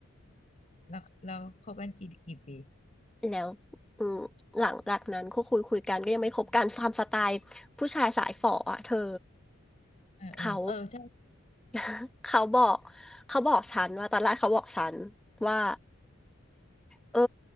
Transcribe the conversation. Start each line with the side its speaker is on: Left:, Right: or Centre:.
Left: แล้วเราคบกันกี่กี่ปี
Centre: แล้วอืมหลังจากนั้นก็คุยคุยกันก็ยังไม่คบกันตามสไตล์ผู้ชายสายฝ่ออ่ะเธอ
Left: เออเออเออใช่
Centre: เขา <laughs> เขาบอกเขาบอกฉันว่าตอนแรกเขาบอกฉันว่าเออ